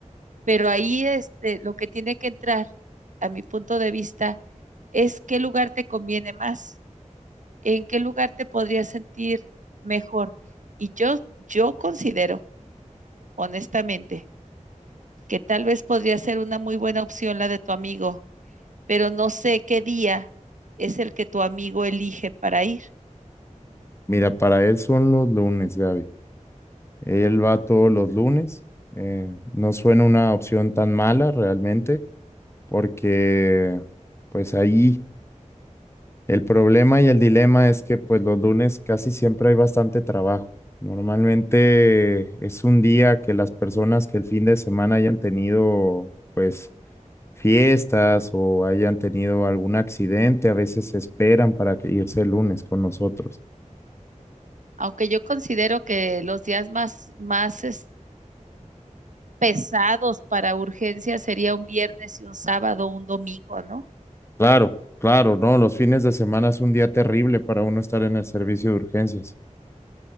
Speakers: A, on the right; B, on the left.
A: Pero ahí este, lo que tiene que entrar, a mi punto de vista, es qué lugar te conviene más. ¿en qué lugar te podrías sentir mejor? Y yo, yo considero, honestamente, que tal vez podría ser una muy buena opción la de tu amigo, pero no sé qué día es el que tu amigo elige para ir.
B: Mira, para él son los lunes, Gaby. Él va todos los lunes. eh, no suena una opción tan mala realmente, porque pues ahí El problema y el dilema es que pues los lunes casi siempre hay bastante trabajo. Normalmente es un día que las personas que el fin de semana hayan tenido pues fiestas o hayan tenido algún accidente, a veces se esperan para que irse el lunes con nosotros.
A: Aunque yo considero que los días más, más es- pesados para urgencias sería un viernes y un sábado, un domingo, ¿no?
B: Claro, claro, no, los fines de semana es un día terrible para uno estar en el servicio de urgencias.